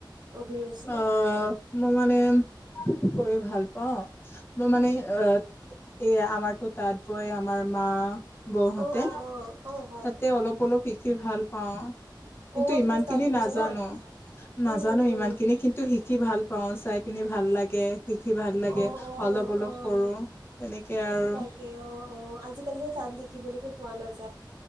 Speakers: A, on the right; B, on the left.
A: অভিৰুচি
B: অহ মোৰ মানে। কৰি ভাল পাওঁ মই মানে এ এই আমাৰতো তাঁত বৈ আমাৰ মা, বৌ
A: অঁ
B: হতে
A: অঁ অঁ অঁ হয়
B: তাতে অলপ-অলপ শিকি ভাল পাওঁ। কিন্তু
A: অঁ
B: ইমানখিনি
A: তুমি তাঁত বব
B: নাজানো,
A: জানা
B: নাজানো
A: অঁ
B: ইমান। খিনি কিন্তু শিকি ভাল পাওঁ, চাই পিনি ভাল লাগে। লিখি ভাল লাগে,
A: অঁ অঁ
B: অলপ-অলপ
A: অঁ
B: কৰো, তেনেকৈ আৰু।
A: তাকে অঁ অঁ আজিকালিতো তাত দেখিবলৈকে পোৱা নাযায়।